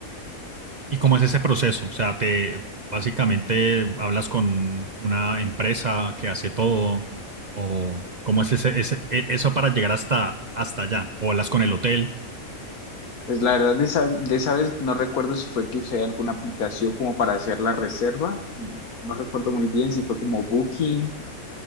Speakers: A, on the right; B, on the left.
A: ¿Y cómo es ese proceso? O sea, te básicamente hablas con un- una empresa que hace todo, o cómo es ese, ese- e- eso para llegar hasta, hasta allá, o hablas con el hotel.
B: Pues la verdad de esa, de esa vez no recuerdo si fue que usé alguna aplicación como para hacer la reserva. No recuerdo muy bien si fue como Booking